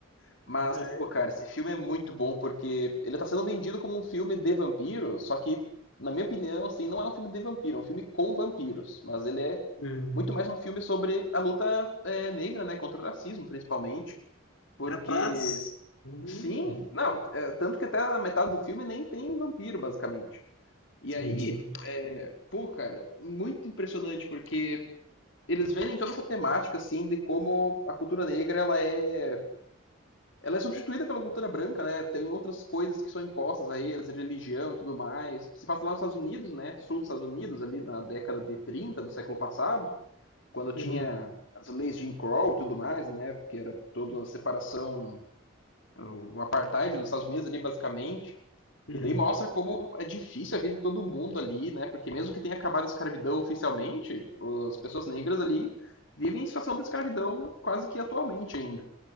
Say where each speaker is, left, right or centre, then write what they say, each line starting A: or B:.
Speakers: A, on the left (about 60°); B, on the left (about 80°).
A: Mas,
B: É.
A: pô, cara, esse filme é muito bom porque ele tá sendo vendido como um filme de vampiro, só que, na minha opinião, assim, não é um filme de vampiro, é um filme com vampiros. Mas ele é
B: Hum,
A: muito mais um filme sobre a luta é, negra, né, contra o racismo, principalmente. Porque,
B: capaz. Hum,
A: sim, não, é, tanto que até a metade do filme nem tem vampiro, basicamente. E
B: entendi.
A: aí, pô, cara, muito impressionante porque eles vendem toda essa temática, assim, de como a cultura negra, ela é ela é substituída pela cultura branca, né? Tem outras coisas que são impostas a eles, a religião e tudo mais. Se passa lá nos Estados Unidos, né? Sul dos Estados Unidos, ali na década de 30 do século passado, quando tinha
B: Uhum.
A: as leis de Jim Crow e tudo mais, né? Porque era toda uma separação, o apartheid dos Estados Unidos ali, basicamente.
B: Uhum.
A: E daí mostra como é difícil a vida de todo mundo ali, né? Porque mesmo que tenha acabado a escravidão oficialmente, as pessoas negras ali vivem em situação de escravidão quase que atualmente ainda.